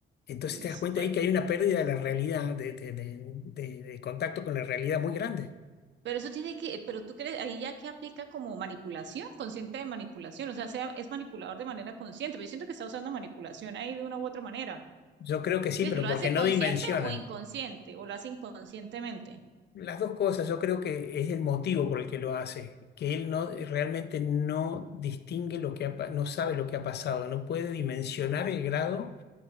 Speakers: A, on the left (about 55°); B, on the right (about 65°).
A: Entonces
B: Pues,
A: te das cuenta
B: bueno.
A: ahí que hay una pérdida de la realidad, de, de de- de- de contacto con la realidad muy grande.
B: Pero eso tiene que, pero tú crees, ahí ya que aplica como manipulación, consciente de manipulación, o sea, sea- es manipulador de manera consciente, pero yo siento que está usando manipulación ahí de una u otra manera.
A: Yo creo que sí,
B: ¿Tú crees
A: pero
B: que lo
A: porque
B: hace
A: no
B: consciente
A: dimensiona.
B: o inconsciente, o lo hace inconscientemente?
A: Las dos cosas, yo creo que es el motivo por el que lo hace, que él no realmente no distingue lo que ha pa- no sabe lo que ha pasado, no puede dimensionar el grado